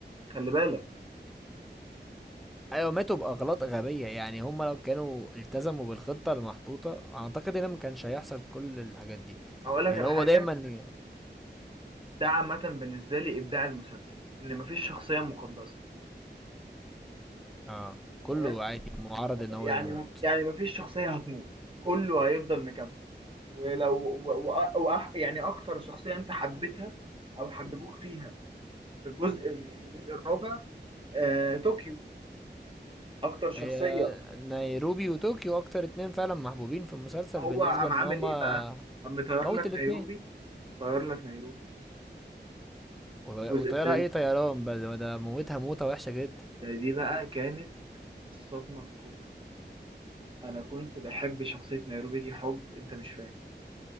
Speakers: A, on the right; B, in the centre.
A: خلي بالك
B: ايوه ماتوا باغلاط غبية يعني هم لو كانوا التزموا بالخطة المحطوطة اعتقد ان ما كانش هيحصل كل الحاجات دي
A: اقول لك
B: يعني
A: على
B: هو
A: حاجه
B: دايما
A: ده عامة بالنسبة لي إبداع المسلسل إن مفيش شخصية مقدسة
B: اه كله
A: تمام
B: عادي معرض ان
A: يعني
B: هو يموت
A: يعني مفيش شخصية هتموت كله هيفضل مكمل ولو و... و... وأح... يعني أكتر شخصية أنت حبيتها أو حببوك فيها في الجزء في الجزء الرابع آه... طوكيو أكتر شخصية
B: هي نيروبي وطوكيو اكتر اتنين فعلا محبوبين في المسلسل
A: هو
B: بالنسبة
A: قام
B: لان
A: عامل
B: هما
A: إيه بقى؟ قام مطير
B: موت
A: لك
B: الاتنين
A: نيروبي طير لك نيروبي
B: وطي-
A: في الجزء
B: وطيارة
A: الثالث
B: ايه طيران بقى ده- ده موتها موتة وحشة جدا
A: ده دي بقى كانت الصدمة الكبرى أنا كنت بحب شخصية نيروبي دي حب أنت مش فاهم